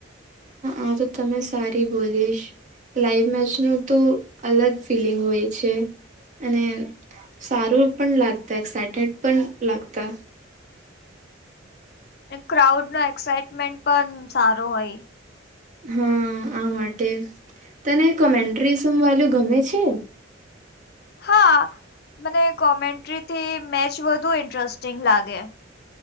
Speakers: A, on the right; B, on the left.
A: આ તમે સારી બોલીશ. લાઈવ મેચ ન તો અલગ ફિલિંગ હોય છે અને. સારું પણ લાગતા એસેટેડ પણ લાગતા
B: હમ ક્રાઉડ નો એક્સાઈટમેન્ટ પણ સારો હોય
A: હા આ માટે તને કોમેન્ટ્રી શું વાનું ગમે છે?
B: હા મને કોમેન્ટ્રીથી મેચ વધુ ઇન્ટરેસ્ટિંગ લાગે